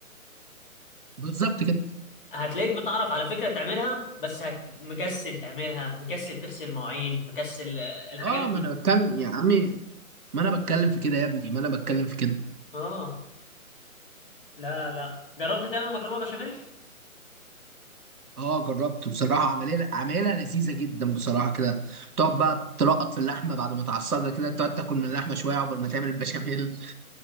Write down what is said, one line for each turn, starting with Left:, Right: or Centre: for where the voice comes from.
Right: بالظبط كده
Left: هتلاقيك بتعرف على فكرة تعملها بس هت... مكسل تعملها مكسل تغسل مواعين مكسل آه، الحاجات
Right: اه
Left: دي
Right: ما انا بتكلم يا عمي ما انا بتكلم في كده يا ابني ما انا بتكلم في كده
Left: آه لا لا جربت تعمل مكرونة بشاميل؟
Right: اه جربت بصراحه عمليه عمليه لذيذه جدا بصراحه كده تقعد بقى تلقط في اللحمه بعد ما تعصجها كده تقعد تاكل من اللحمه شويه عقبال ما تعمل البشاميل